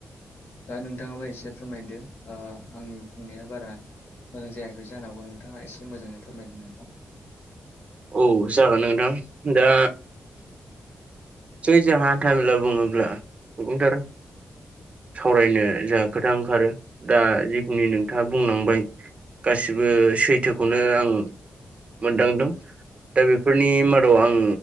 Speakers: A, on the left; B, on the right.
A: दा नोंथाङाबो एसे फोरमायदो ओ आंनि बुंनाया बारा मोजां जायाखै। बे जानोहागौ आरो नोंथांङा एसे मोजाङै फोरमायदों नोंथां।
B: औ जागोन नोंथां दा जै जोंहा हान्थामेला बुङोब्ला गुबुंथार सावरायनो जाहा खोथा ओंखारो दा जिखिनि नोंथाङा बुंलांबाय गासिबो सैथोखौनो आं मोनदांदों। दा बेफोरनि मादाव
A: औ
B: आं